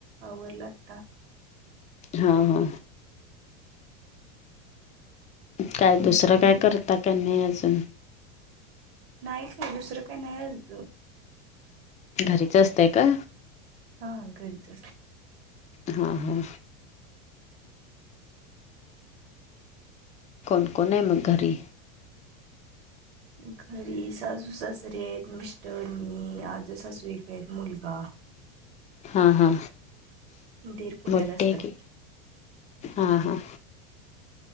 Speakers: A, on the right; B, on the left.
A: आवरला आता
B: हा हा काय
A: मग
B: दुसरं
A: तुम्ही
B: काय करता का नाही अजून
A: नाही काय दुसरं काही नाही असत
B: घरीच असतंय का
A: हा घरीचचते
B: हां हां कोण कोने म घरी
A: घरी सासू सासरे आहेत मिस्टर मी आजू सासू एक आहेत मुलगा
B: हा हा
A: दीर पुण्याला
B: मोठे
A: असतात
B: क हा हा